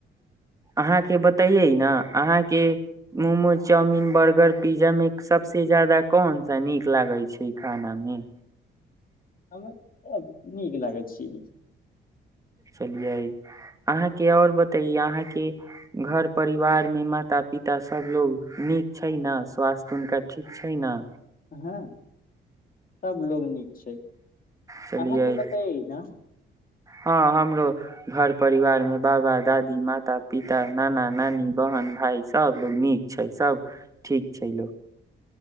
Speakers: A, on the right; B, on the left.
A: अहाँके बतैये ने अहाँके मोमोज चाउमिन बर्गर पिज्जा मे सबस ज्यादा कोन सा नीक लागै छै खाना मे
B: हमरा सब नीक लागै छी
A: चलियै अहाँके आओर बतैै अहाँके घर परिवारमे माता पिता सभलोग नीक छै ने स्वास्थ्य हुनका ठीक छै ने
B: हँ सब लोग नीक छै
A: चलियै
B: अहाँके बताय न
A: हँ हमरो घर परिवारमे बाबा दादी माता पिता नाना नानी बहन भाय सभ लो नीक छै सभ ठीक छै लोको